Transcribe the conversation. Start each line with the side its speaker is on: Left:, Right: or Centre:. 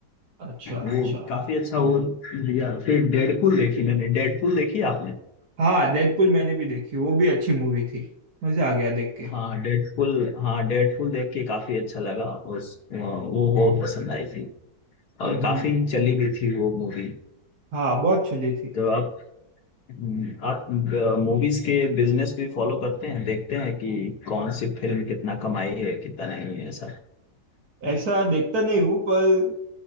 Right: अच्छा
Left: वो
Right: अच्छा
Left: काफी अच्छा वो दिया फिर डेडपुल देखी मैंने डेडपुल देखी आपने
Right: हाँ डेडपुल मैंने भी देखी वो भी अच्छी मूवी थी मजा आ गया देख के
Left: हाँ डेडपुल हाँ डेडपुल देख के काफी अच्छा लगा उस वो बहुत पसंद आई थी और
Right: हम्म
Left: काफी
Right: हम्म
Left: चली भी थी वो मूवी
Right: हाँ बहुत चली थी
Left: तो हम्म, आप मूवीज के बिजनेस भी फॉलो करते हैं देखते हैं कि कौन सी फिल्म कितना कमाई है कितना नहीं है ऐसा
Right: ऐसा देखता नहीं हूँ पर